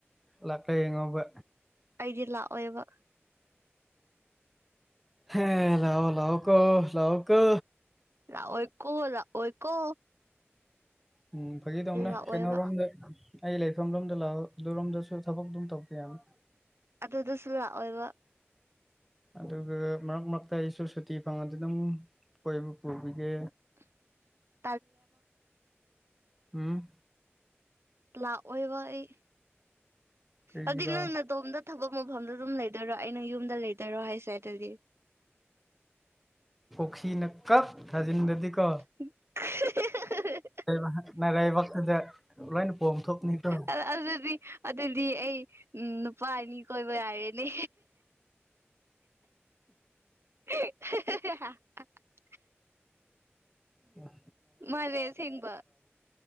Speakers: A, in the centre; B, on the right (about 70°).
A: ꯂꯥꯛꯂ ꯌꯦꯡꯉꯕ
B: ꯑꯩꯗꯤ ꯂꯥꯛꯑꯣꯏꯕ
A: ꯍꯦ ꯂꯑꯣ ꯂꯑꯣ ꯀꯣ ꯂꯑꯣ ꯀ
B: ꯂꯥꯛꯑꯣꯏ ꯀꯣ ꯂꯥꯛꯑꯣꯏ ꯀꯣ
A: ꯎꯝ ꯐꯥꯩ ꯇꯧꯅꯦ
B: ꯂꯥꯛꯑꯣꯏꯕ
A: ꯀꯩꯅꯣꯔꯗ ꯑꯩ ꯂꯩꯐꯝ ꯔꯣꯝꯗ ꯂꯥꯛꯑꯣ ꯑꯗꯨꯔꯣꯝꯗꯁꯨ ꯊꯕꯛꯛꯇ ꯑꯗꯨꯝ ꯇꯧꯕ ꯌꯥꯅꯤ
B: ꯑꯗꯨꯗꯁꯨ ꯂꯥꯛꯑꯣꯏꯕ
A: ꯑꯗꯨꯒ ꯃꯔꯛ ꯃꯔꯛꯇ ꯑꯩꯁꯨ ꯁꯨꯇꯤ ꯐꯪꯉꯗꯤ ꯑꯗꯨꯝ ꯀꯣꯏꯕꯨ ꯄꯨꯕꯤꯒꯦ
B: <inaudible>
A: ꯎꯝ
B: ꯂꯥꯛꯑꯣꯏꯕ ꯑꯩ
A: ꯀꯒꯔꯥ
B: ꯑꯗꯨꯗꯤ ꯅꯪ ꯅꯇꯣꯝꯗ ꯊꯕꯛ ꯃꯐꯝꯗ ꯑꯗꯨꯝ ꯂꯩꯗꯣꯏꯔꯣ ꯑꯩꯅ ꯌꯨꯝꯗ ꯂꯩꯗꯣꯏꯔꯣ ꯍꯥꯏꯁꯦ ꯑꯗꯨꯗꯤ
A: ꯀꯁꯤꯅ ꯀ ꯊꯖꯤꯟꯗꯗꯤ ꯀ
B: <unintelligible>
A: ꯂꯩꯅꯅꯥꯔꯕꯈꯜꯗ ꯂꯣꯏꯅ ꯄꯣꯝꯊꯣꯛꯅꯤꯀꯣ
B: ꯑ ꯑꯗꯨꯗꯤ ꯑꯗꯨꯗꯤ ꯑꯩ ꯎꯝ ꯅꯨꯄꯥ ꯑꯅꯤ ꯀꯣꯏꯕ ꯌꯥꯔꯦꯅꯦ <unintelligible>
A: ꯋꯥ
B: ꯃꯥꯂꯦ ꯑꯁꯦꯡꯕ